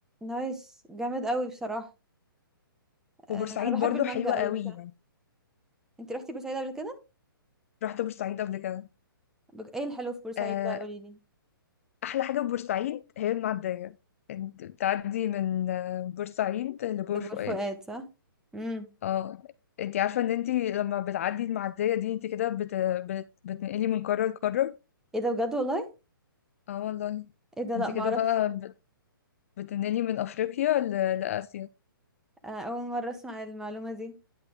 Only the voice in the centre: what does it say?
نايس جامد قوي بصراحة آه،
انا بحب
المانجا
قوي
بصراحة
انت رحتي بورسعيد قبل كده
بج- ايه الحلو في بورسعيد
بقى قولي لي
ده
بور فؤاد صح امم
ايه ده بجد والله
ايه ده
لا ما
اعرفش
آه، اول مرة اسمع المعلومة دي